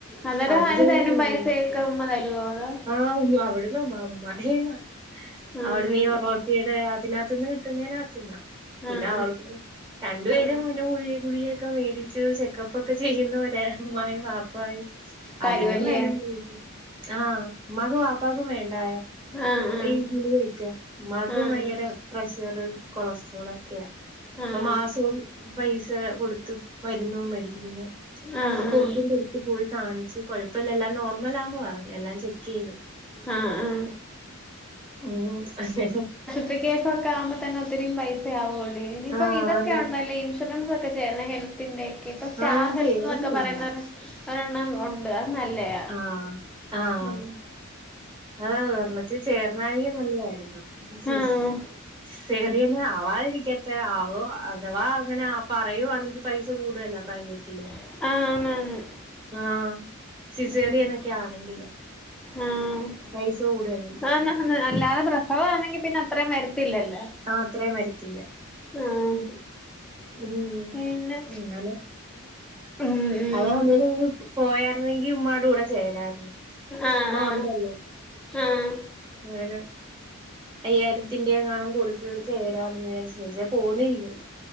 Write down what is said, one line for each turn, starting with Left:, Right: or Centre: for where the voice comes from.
Centre: അന്നേരം
Right: അതും
Centre: ആര്
Right: ചയ്യലല്ലേ
Centre: തരും പൈസയൊക്കെ ഉമ്മ തരുവോ അതോ
Right: ആഹ് അവടെ ല്ലോം ഉമ്മ ഉമ്മാടെന്ന
Centre: ആഹ്
Right: അവിട്ന്നീ റൊട്ടീടെ അതിനകത്ത്ന്ന് തിന്നേനകത്ത്ന്നാ പിന്നെ
Centre: ആഹ്
Right: അവൾക്കും രണ്ടുപേരും
Centre: ആഹ് ആഹ്
Right: പിന്നെ ഗുളിക ഗുളിയൊക്കെ മേടിച്ചു ചെക്കപ്പ് ഒക്കെ ചെയ്യുന്നവരാ ഉമ്മായും വാപ്പായും
Centre: തരുവല്ലേ
Right: അതിനും വേണം പൈസ ആഹ് ഉമ്മാക്കും വാപ്പാക്കും വേണ്ടായോ
Centre: ആഹ് ആഹ്
Right: ഈ ഗുളികൊക്കെ ഉമ്മാക്കും
Centre: ആഹ്
Right: വയങ്കര പ്രഷർ കൊളസ്ട്രോൾ ഒക്കെയാ ഇപ്പൊ
Centre: ആഹ്
Right: മാസവും പൈസ കൊടുത്ത് മരുന്നു മേടിക്കിന്നു
Centre: ആഹ് ആഹ്
Right: അപ്പൊ കുറുപ്പിന്റെടുത്ത് പോയി കാണിച്ച് കൊഴപ്പല്ല എല്ലാം നോർമലാന്ന് പറഞ്ഞു എല്ലാം ചെക്ക് ചെയ്തു
Centre: ആഹ് ആഹ്
Right: ഉം
Centre: <unintelligible> കേസൊക്കെ ആവുമ്പോ തന്നെ ഒത്തിരി പൈസയാവോഡീ ഇനിയിപ്പം
Right: ആഹ്
Centre: ഇതൊക്കെ
Right: ആന്ന്
Centre: ഒണ്ടല്ലോ ഇ ഇൻഷുറൻസ് ഒക്കെ ചേരണം ഹെൽത്തിന്റെയെക്കെ ഇപ്പോ സ്റ്റാർ
Right: ആന്ന്
Centre: ഹെൽത്ത്
Right: ചേർന്നില്ല
Centre: എന്നൊക്കെ പറയുന്ന ഒരു ഒരെണ്ണം ഒണ്ട് അത് നല്ലയാ
Right: ആഹ് ആഹ്
Centre: ഉം
Right: അതാ ഒരണ്ണത്തി ചേർന്നാരെങ്കി നല്ലതാരുന്നു <unintelligible>
Centre: ആഹ്
Right: ആവാതിരിക്കട്ടെ ആവോ അഥവാ അങ്ങനെ പറയുവന്നെങ്കിൽ പൈസ കൂടുതലാ പ്രൈവറ്റില്
Centre: ആഹ് ആന്നാന്ന്
Right: ആഹ് സിസേറിയനൊക്കെ
Centre: ഉം
Right: ആണെങ്കില്
Centre: ആഹ്
Right: പൈസ കൂടുതലല്ലേ
Centre: ആഹ് അല്ലാതെ പ്രശ്ന അത് ആണെങ്കി പിന്നെ അത്രയും വരത്തില്ലല്ലോ
Right: ആഹ് അത്രേം വരത്തില്ല
Centre: ആഹ്
Right: ഉം
Centre: പിന്നെ
Right: അങ്ങനെ
Centre: ഉം ഉം
Right: അതാവുന്നെന് മുന്നേ പോയാരുന്നെങ്കി ഉമ്മാടെ കൂടെ ചേരാരുന്നു
Centre: ആഹ്
Right: ഉമ്മ ഒണ്ടല്ലോ
Centre: ആഹ്
Right: ഞാന് അയ്യായിരത്തിന്റെ എങ്ങാണം കൊടുത്ത് ചേരാന്ന് വിചാരിച്ച പോന്നില്ലല്ലോ